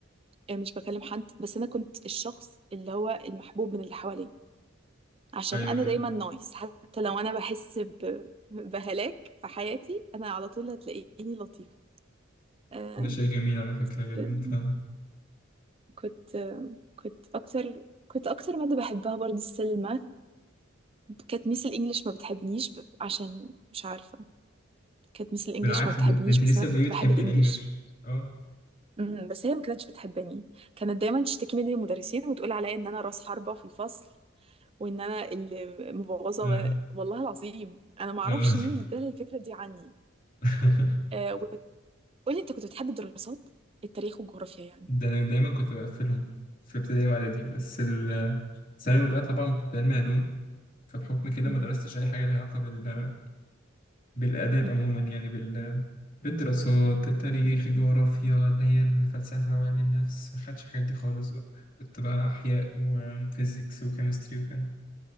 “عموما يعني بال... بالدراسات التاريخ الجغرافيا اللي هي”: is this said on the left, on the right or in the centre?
Left